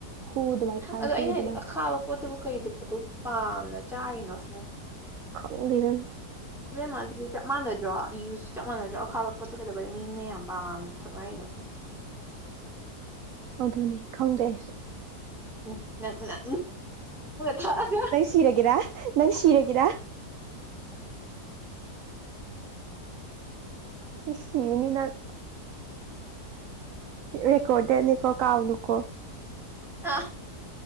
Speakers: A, on the right (about 65°); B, in the centre.
A: ꯍꯨ ꯑꯗꯨꯃꯥꯏꯅ ꯈꯥꯏ
B: ꯑꯗꯣ ꯑꯩꯅ
A: ꯍꯨ ꯑꯗꯨꯃꯥꯏꯅ
B: ꯍꯥꯏꯗꯤ ꯑꯈꯥꯕ ꯄꯣꯠꯇꯕꯨ ꯀꯩꯕꯤꯠꯇꯕꯨ ꯄꯥꯝꯅ ꯆꯥꯔꯤꯅꯣ ꯁꯤꯅꯦ
A: ꯈꯪꯗꯕꯦꯝ
B: ꯃꯥꯗꯤꯗꯤ ꯆꯞ ꯃꯥꯥꯟꯅꯖꯣ ꯌꯨ ꯆꯞ ꯃꯥꯟꯅꯗ꯭ꯔꯣ ꯑꯈꯥꯕ ꯄꯣꯠꯇꯣ ꯀꯩꯗꯧꯕꯩ ꯃꯤꯅ ꯌꯥꯝ ꯄꯥꯝꯅ ꯊꯛꯅꯔꯤꯅꯣ ꯁꯤꯅꯦ
A: ꯑꯗꯨꯅꯤ ꯈꯪꯗꯦ ꯑꯩꯁꯨ
B: ꯎꯪꯪ ꯅꯪꯅ ꯊꯑꯒ
A: ꯁꯤꯔꯒꯦꯔ ꯅꯪ ꯁꯤꯔꯒꯦꯔ ꯁꯤꯅꯤꯅ ꯍꯀꯣꯗꯦꯟꯅꯤꯀꯣ ꯀꯥꯎ ꯅꯨꯀꯣ
B: ꯑ